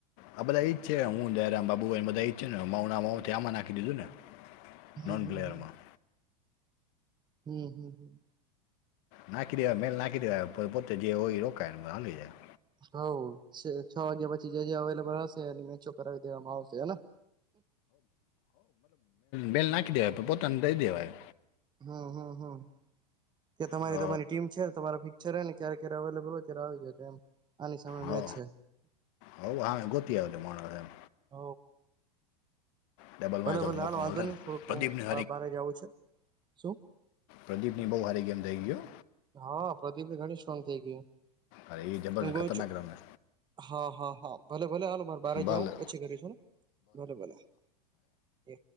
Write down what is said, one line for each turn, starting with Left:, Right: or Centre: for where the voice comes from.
Left: આ બધા ઈ જ છે હું જયરામ બાબુાઈને બધા ઈ જ છે ને મા મા આમાં નાખી દીધું ને
Right: હમ
Left: નન
Right: હમ
Left: બ્લેરમાં
Right: હમ હમ હમ હમ
Left: નાખી દેવા મેલ નાખી દેવા પોતે જે હોય રોકાય હલી જાય
Right: હ છ વાગ્યા પછી જે અવેલેબલ હશે અને મે કરાવી દેવામાં આવશે હેના
Left: બેલ નાખી દેવાય પોતાને દઈ દેવાય
Right: હમમ ત્યા તમારી
Left: તો
Right: તમારી ટીમ છે તમારો ફિક છે ને ક્યારે ક્યારે અવેલેબલ હોય ત્યારે આવી જાય એમ આની સામે
Left: હો
Right: મે છે
Left: હો હા ગોતી આવે તે માણસ એમ
Right: હ
Left: ડબલમાં
Right: ભલે
Left: થોડો
Right: ભલે
Left: મોકો
Right: હાલ વાંધો
Left: મળશે
Right: નહી
Left: ને
Right: થોડુંક
Left: પ્રદીપની
Right: હું બારે જવું છે શું
Left: પ્રદીપ ની બહુ સારી ગેમ થઇ ગયો
Right: હા પ્રદીપ ઘણી સ્ટ્રોંગ થઇ ગય
Left: અરે એ જબર
Right: એમ ક
Left: ખતરનાક
Right: છ
Left: રમે
Right: હા હા હા ભલે ભલે હાલો મારે બાર
Left: ભલે
Right: જાવ પછી કરીશું ભલે ભલે એ.